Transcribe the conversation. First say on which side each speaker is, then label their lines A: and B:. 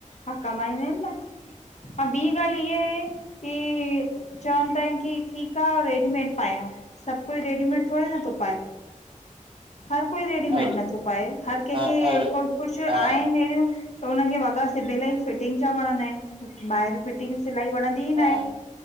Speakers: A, on the left; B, on the right.
A: हा कमाईंदा आहिनि न हा ॿी ॻाल्हि इहा आहे की चवंद था आहिनि की ठीकु आहे रेडीमेड पायूं सभु कोई रेडीमेड थोरे न थो पाए। हर कोई रेडीमेड
B: और
A: नथो पाए हर कंहिंखे
B: और और
A: कु कुझु
B: हा
A: आहिनि अहिड़ियूं त हुनन्हनि खे वॻा सिबियल ई फिटिंग जा वणंदा आहिनि ॿाहिरि फिटिंग सिलाई वणंदी ई
B: हा
A: ना आहे